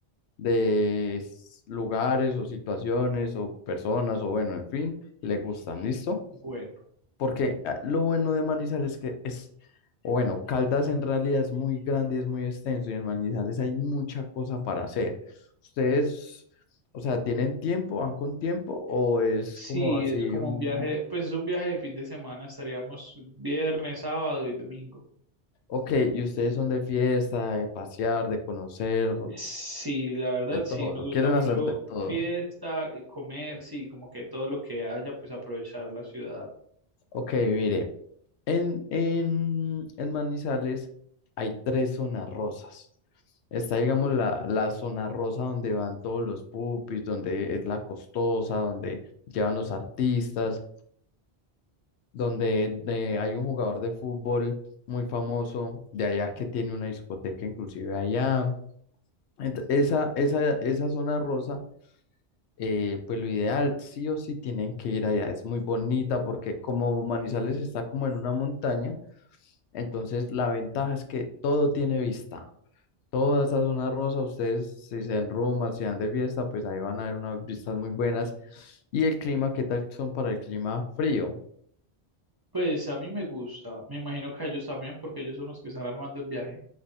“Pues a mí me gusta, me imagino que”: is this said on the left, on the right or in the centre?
Right